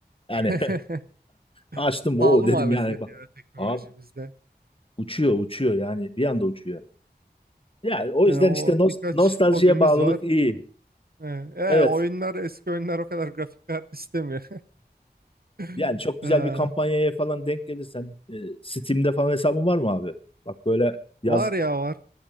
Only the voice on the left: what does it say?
Yani
Açtım
o dedim
yani bak.
Abi
uçuyor uçuyor yani bir anda uçuyor. Yani o
yüzden
işte nos-
nostaljiye
bağlılık
iyi.
Evet.
Yani çok güzel
bir kampanyaya falan denk gelirsen e, Steam'de falan hesabın var mı abi? Bak böyle yaz